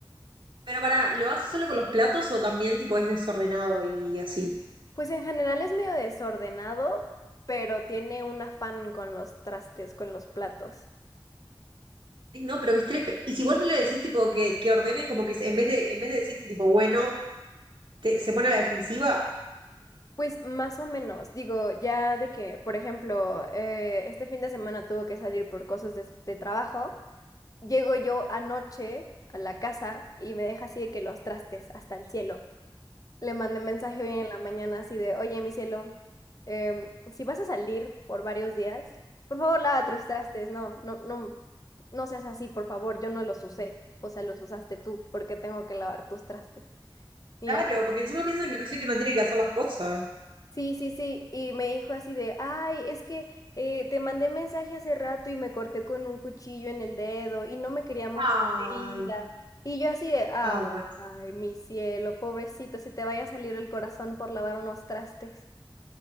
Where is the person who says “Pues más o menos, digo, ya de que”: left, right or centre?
Left